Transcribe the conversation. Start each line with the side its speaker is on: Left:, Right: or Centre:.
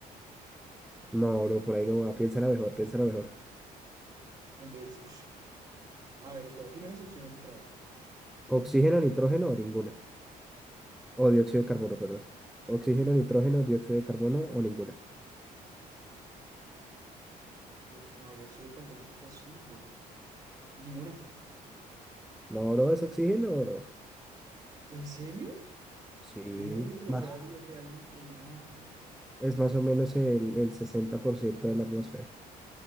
Centre: No, bro, por ahí no va. Piénsala mejor, piénsala mejor.
Right: Entonces, ush, a ver, espera, dime las opciones otra vez.
Centre: Oxígeno, nitrógeno o ninguna. O dióxido de carbono, perdón. Oxígeno, nitrógeno, dióxido de carbono o ninguna.
Right: Diox- no, dióxido de carbono es imposible. Ninguna.
Centre: No, bro, es oxígeno, bro.
Right: ¿En serio?
Centre: Sí.
Right: Ve, pero
Centre: más?
Right: yo había leído que era el, el... Ah,
Centre: es más o menos el, el 60% de la atmósfera,